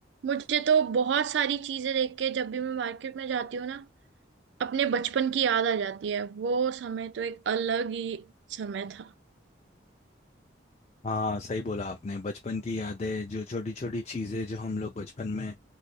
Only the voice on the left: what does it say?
हाँ सही बोला आपने बचपन की यादें जो छोटी छोटी चीज़ें जो हम लोग बचपन में